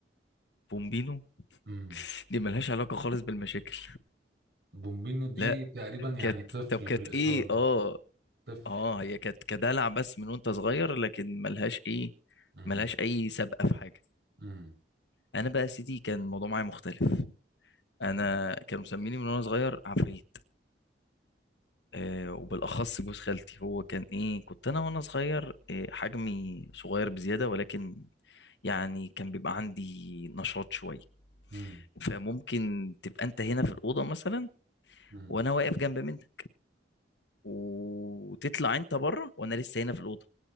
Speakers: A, on the left; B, on the right.
A: بومبينو
B: امم
A: دي ملهاش علاقة خالص بالمشاكل
B: بومبينو دي
A: لا
B: تقريبا يعني
A: كانت
B: طفل
A: طب كانت
B: بالايطالي
A: ايه اه
B: طفل
A: اه هي كانت كدلع بس من وانت صغير لكن ملهاش ايه
B: امم
A: ملهاش اي سابقة في حاجة
B: امم
A: انا بقى يا سيدي كان الموضوع معايا مختلف انا
B: امم
A: كانوا مسميني من وانا صغير عفريت آه وبالاخص جوز خالتي هو كان ايه كنت انا وانا صغير آه حجمي صغير بزيادة ولكن يعني كان بيبقى عندي نشاط شوية
B: امم
A: فممكن تبقى انت هنا في الأوضة مثلا
B: امم
A: وانا واقف جنب منها وتطلع انت بره وانا لسه هنا في الاوضه